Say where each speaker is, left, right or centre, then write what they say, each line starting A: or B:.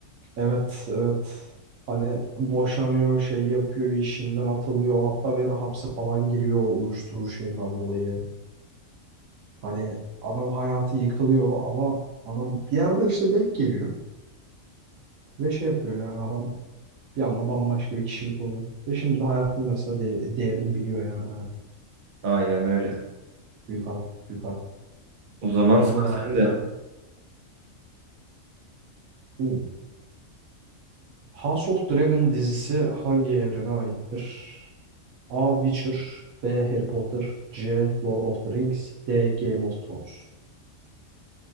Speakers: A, on the right; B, on the right.
A: Evet evet. Hani boşanıyor şey yapıyor işinden atılıyor. Hatta bir ara hapse falan giriyor o uyuşturucu şeyinden dolayı. Hani adam hayatı yıkılıyor ama adam bir yerden işte denk geliyor. Ve şey yapıyor yani adam bir anda bambaşka bir kişilik oluyor. Ve şimdi hayatın mesela de- değerini biliyor yani hayat.
B: Aynen öyle.
A: Büyük adam. Büyük adam.
B: O zaman
A: O zaman
B: sıra
A: abi.
B: sende.
A: hı. House of Dragon dizisi hangi evrene aittir? A. Witcher B. Harry Potter C. Lord of the Rings D. Game of Thrones